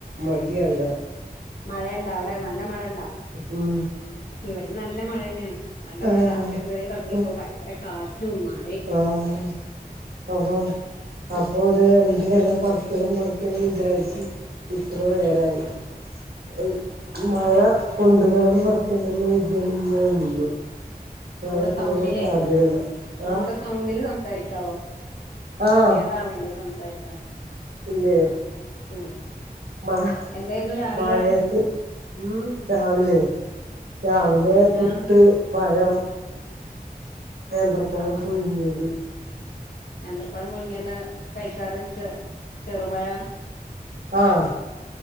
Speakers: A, on the right; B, on the left.
A: മട്യാക
B: മഴണ്ടോ അവിടെ നല്ല മഴണ്ടാ?
A: ഉം
B: ഇവടിം നല്ല മഴന്നാണ് നല്ല മഴ
A: ആഹ്
B: രാവിലെ മുതലേ
A: അപ്പൊ
B: തോടങ്ങിപ്പോ ഭയങ്കര കാറ്റും മ
A: ആഹ് അതൊ. അപ്പൊ ഒരു രണ്ട്‌ കല്ലം പറിക്കണം പറിക്കണം വിചാരിച്ച്. ഇത്ര നേരായി. അഉ മഴ കൊണ്ടുങ്ങാന് പറിക്കേണ്ടല്ലൊ വിദ്യമ ഇങ്ങനെ നിന്നു.
B: ഒന്നൂടെ
A: മഴ പോണ
B: സൗണ്ടിലേ
A: സാധ്യതല്ല
B: ഒന്നൂടെ
A: ആഹ്
B: സൗണ്ടിൽ സംസാരിക്കാവോ
A: ആഹ്
B: ക്ലിയർ ആവണില്ല സംസാരിക്കണ
A: ഇല്ലേ?
B: ഉം
A: മ
B: എന്തായിരുന്നു രാവിലെ?
A: മഴയത്ത് ഉം രാവിലെ രാവിലെ പുട്ട്,
B: ആഹ്
A: പഴം. നേന്ത്രപ്പയം
B: ആഹ്
A: പുഴിങ്ങ്യത്.
B: നേന്ത്രപ്പഴം മുഴങ്ങിയത കഴിക്കാറ് ചെറുപഴം
A: ആഹ്